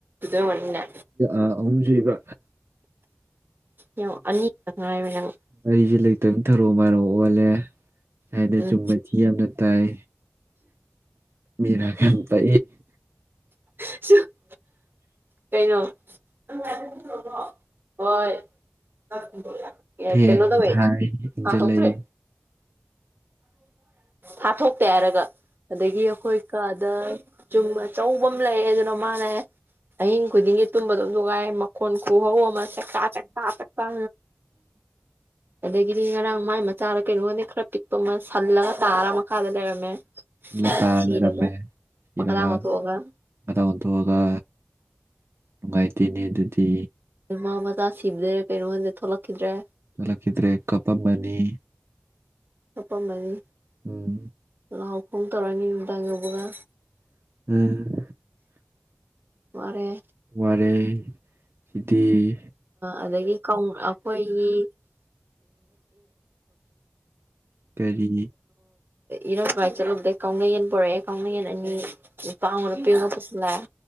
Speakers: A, on the right; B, on the right.
A: ꯑꯣꯏꯔꯝꯒꯅꯤꯅꯦ
B: ꯑ ꯑꯨꯝꯁꯨꯕ
A: ꯌꯦꯡꯉꯣ ꯑꯅꯤꯈꯛ ꯉꯥꯏꯔꯦ ꯅꯪ
B: ꯑꯩꯁ ꯂꯩꯇꯕ ꯊꯔꯨ ꯃꯔꯔꯣꯛ ꯑꯣꯜꯂꯦ ꯁꯥꯏꯅ
A: ꯎꯝ
B: ꯆꯨꯝꯕꯕꯁꯤꯤ ꯌꯥꯝꯅ ꯇꯥꯏ ꯃꯤꯔ ꯀꯝꯄ
A: <inaudible>
B: <inaudible>
A: ꯀꯩꯅꯩꯅꯣ ꯍ ꯌꯥ
B: ꯐꯦꯟ
A: ꯀꯅꯣꯗꯃꯦꯥꯏ
B: ꯊꯥꯏ ꯏꯟꯖꯜꯂꯛꯏ
A: ꯍꯥꯥꯁꯇ꯭ꯔꯦ ꯊꯥꯊꯣꯛꯇꯦ ꯍꯥꯏꯔꯒ ꯑꯗꯒꯤ ꯑꯩꯈꯣꯏ ꯑꯗ ꯆꯨꯝꯕ ꯑꯆꯧꯕ ꯑꯃ ꯂꯩꯑ ꯑꯗꯨꯅ ꯃꯥꯅꯦ ꯑꯍꯤꯡ ꯈꯨꯗꯤꯡꯒꯤ ꯇꯨꯝꯕꯗꯣ ꯅꯨꯡꯉꯥꯏ ꯃꯈꯣꯟ ꯣ ꯍ ꯑꯃ ꯆꯀ ꯆꯀ ꯆꯇꯥ ꯑꯗꯒꯤꯗꯤ ꯉꯔꯥꯡ ꯃꯥꯏ ꯃꯆꯥꯗ ꯀꯩꯅꯣꯒꯗꯤ ꯈꯔ ꯄꯤꯛꯄ ꯑꯃ ꯁꯜꯂꯒ ꯇꯥꯔ ꯃꯈꯥꯗ ꯂꯩꯔꯝꯃꯦ
B: ꯂꯩꯦ ꯇꯔꯔꯝꯃꯦ
A: ꯁꯤꯔꯒ ꯃꯈꯥꯗ
B: ꯏꯔꯒ
A: ꯉꯣꯟꯊꯣꯛꯑꯒ
B: ꯉ ꯑꯣꯟꯊꯣꯛꯑꯒ ꯅꯨꯡꯉꯥꯏꯇꯦꯅꯤ ꯑꯗꯨꯗꯤ
A: ꯃꯥ ꯃꯆꯥ ꯁꯤꯕꯤꯗꯔꯦ ꯀꯩꯅꯣꯃꯥꯟꯗ ꯊꯣꯛꯂꯛꯈꯤꯗ꯭ꯔꯦ
B: ꯂꯂꯀꯗ꯭ꯔꯦ ꯀꯄꯃꯅꯤ
A: ꯑꯄꯥꯃꯅꯤ
B: ꯎꯝ
A: ꯂꯥꯎ ꯈꯣꯡ ꯇꯧꯔꯅꯤ ꯅꯨꯃꯤꯗꯥꯡꯕꯥ
B: ꯎꯝ
A: ꯃꯔꯦ
B: ꯋꯥꯔꯦ ꯆꯤꯗꯤꯤ
A: ꯑꯗꯒꯤ ꯑꯩꯈꯣꯏꯒꯤ
B: ꯀꯔꯤ
A: ꯏꯔꯥꯡ ꯀꯃꯥꯏꯅ ꯆꯠꯂꯨꯗꯦ ꯀꯥꯎꯅ ꯌꯦꯟ ꯄꯣꯔꯛꯑꯦ ꯀꯥꯎꯅꯌꯦꯟ ꯑꯅꯤ ꯂꯨꯄꯥ ꯑꯃ ꯂꯄꯤꯤꯉꯄꯁꯨꯂꯥꯛꯑꯦ